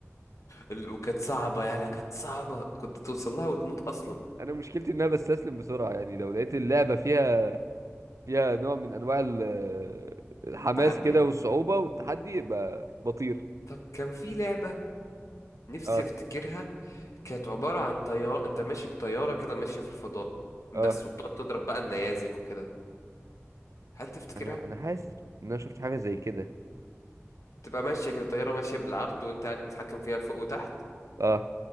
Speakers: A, on the left; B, on the right.
A: ال- وكانت صعبه يالا كانت صعبه كنت توصل لها وتموت اصلا
B: انا مشكلتي ان انا بستسلم بسرعه يعني لو لقيت اللعبه فيها فيها نوع من انواع ال- الحماس
A: تحدي
B: كده والصعوبه والتحدي يبقى بطير
A: طب كان في لعبه نفسي
B: اه
A: افتكرها كانت عباره عن طياره انت ماشي بطياره كده ماشيه في الفضاء بس
B: اه
A: وبتقعد تضرب بقى النيازك وكده هل تفتكرها
B: انا انا حاسس ان انا شفت حاجه زي كده
A: تبقى ماشيه كده طياره ماشيه بالعرض وانت قاعد بتتحكم فيها لفوق وتحت
B: اه